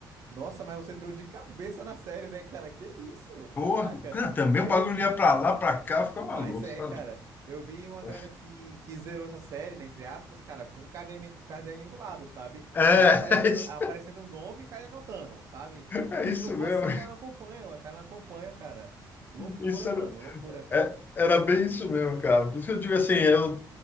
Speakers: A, on the right; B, on the left.
A: Nossa, mas você entrou de cabeça na série, né, cara? Que isso? Caraca.
B: Porra, cara, também o
A: eu
B: bagulho ia pra lá, pra cá, fica
A: Mas
B: maluco,
A: é,
B: sabe?
A: cara. Eu vi uma
B: É,
A: galera que, que zerou essa série, né, entre aspas, cara, com um caderninho, caderninho do lado, sabe?
B: <laughs>
A: Era aparecendo
B: isso-
A: aparecendo o nome e o cara ia anotando, sabe? Porque
B: é isso
A: se não for
B: mesmo.
A: assim, o cara não acompanha, mano, o cara não acompanha, cara. Loucura,
B: Isso
A: mano,
B: era,
A: loucura.
B: é- era bem isso mesmo, cara. Por isso que eu digo assim, eu,